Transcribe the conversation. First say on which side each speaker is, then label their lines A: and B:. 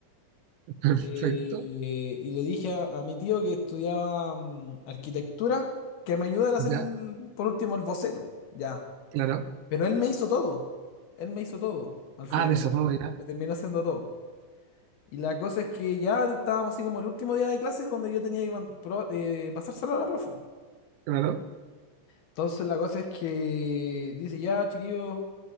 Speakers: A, on the right; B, on the left.
A: <laughs> perfecto,
B: Eh, y le dije a, a mi tío que estudiaba mm, arquitectura, que me ayudara a hacer
A: ya,
B: el- por último el boceto, ya.
A: claro.
B: Pero él me hizo todo, él me hizo todo, al final,
A: Ah, de eso
B: me,
A: todo
B: lo-
A: ya,
B: me terminó haciendo todo. Y la cosa es que ya estábamos así como el último día de clases donde yo tenía que man- pro- eh, pasárselo a la profe.
A: claro.
B: Entonces la cosa es que dice, ya, chiquillos.